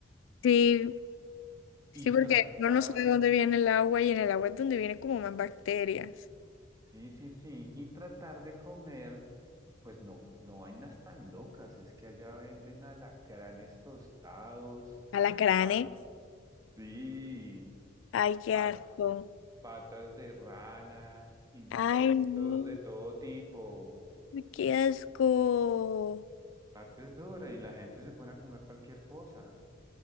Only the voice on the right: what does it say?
Y
tratar,
sí, sí, sí, y tratar de comer, pues no, no vainas tan locas, es que allá venden alacranes tostados,
pat, sí,
pat-
patas de rana, insectos
de todo tipo.
parte es dura y la gente se pone a comer cualquier cosa.